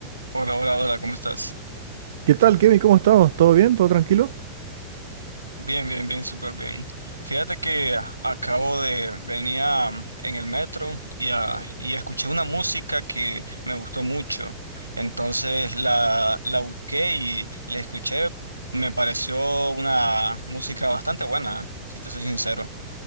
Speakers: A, on the right; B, on the right.
A: Hola, hola, hola, ¿cómo estás?
B: ¿Qué tal, Kevin? ¿Cómo estamos? ¿Todo bien? ¿Todo tranquilo?
A: Bien, bien, bien, súper bien. Fíjate que a- acabo de venía mm, en el metro y, ah, y escuché una música que me gustó mucho. Entonces la, la busqué y la escuché. Me pareció una música bastante buena, si te soy sincero.